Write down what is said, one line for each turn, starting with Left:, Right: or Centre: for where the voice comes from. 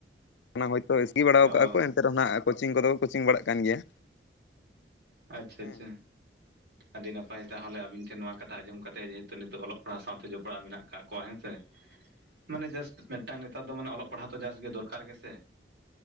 Left: ᱚᱱᱟ ᱦᱳᱭᱛᱳ ᱮᱥᱠᱤ ᱵᱟᱲ ᱠᱟᱜ-ᱟ
Right: ᱚ
Left: ᱠᱚ, ᱮᱱᱛᱮ ᱨᱮᱦᱚᱸ ᱠᱳᱪᱤᱝ ᱠᱚᱫᱚ ᱠᱚ ᱠᱳᱪᱤᱝ ᱵᱟᱲᱟᱜ ᱠᱟᱱ ᱜᱮᱭᱟ᱾
Right: ᱟᱪᱪᱷᱟ
Left: ᱦᱮᱸ
Right: ᱟᱪᱪᱷᱟ᱾ ᱟᱹᱰᱤ ᱱᱟᱯᱟᱭ ᱛᱟᱦᱚᱞᱮ ᱟᱹᱵᱤᱱ ᱴᱷᱮᱱ ᱱᱚᱣᱟ ᱠᱟᱛᱷᱟ ᱟᱢᱚᱢ ᱠᱟᱛᱮᱫ ᱡᱮᱦᱮᱛᱩ ᱱᱤᱛᱚᱜ ᱚᱞᱚᱜ ᱯᱟᱲᱦᱟᱜ ᱥᱟᱶᱛᱮ ᱡᱚᱯᱲᱟᱣ ᱢᱮᱱᱟᱜ ᱟᱠᱟᱫ ᱠᱚᱣᱟ ᱦᱮ ᱥᱮ᱾
Left: <inaudible>
Right: ᱢᱟᱱᱮ ᱡᱟᱥᱴ ᱢᱤᱫᱴᱟᱝ ᱱᱮᱛᱟᱨ ᱫᱚ ᱢᱟᱱᱮ ᱚᱞᱚᱜ ᱯᱟᱲᱦᱟᱜ ᱫᱚ ᱡᱟᱥᱴ ᱜᱮ ᱫᱚᱨᱠᱟᱨ ᱜᱮ ᱥᱮ᱾